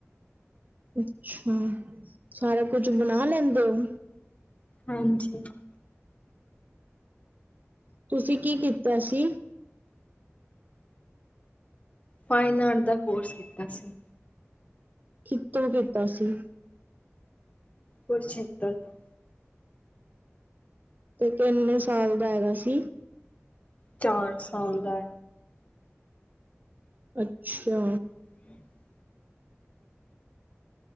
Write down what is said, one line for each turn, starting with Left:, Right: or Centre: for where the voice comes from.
Right: ਅੱਛਾ, ਸਾਰਾ ਕੁਝ ਬਣਾ ਲੈਂਦੇ ਹੋ।
Left: ਹਾਂਜੀ।
Right: ਤੁਸੀਂ ਕੀ ਕੀਤਾ ਸੀ?
Left: ਫਾਈਨ ਆਰਟ ਦਾ ਕੋਰਸ ਕੀਤਾ ਸੀ।
Right: ਕਿਤੋਂ ਕੀਤਾ ਸੀ?
Left: ਕੁਰੂਕਸ਼ੇਤਰ ਤੌ।
Right: ਤੇ ਕਿੰਨੇ, ਸਾਲ ਦਾ ਹੈਗਾ ਸੀ
Left: ਚਾਰ ਸਾਲ ਦਾ ਐ।
Right: ਅੱਛਾ।
Left: <inaudible>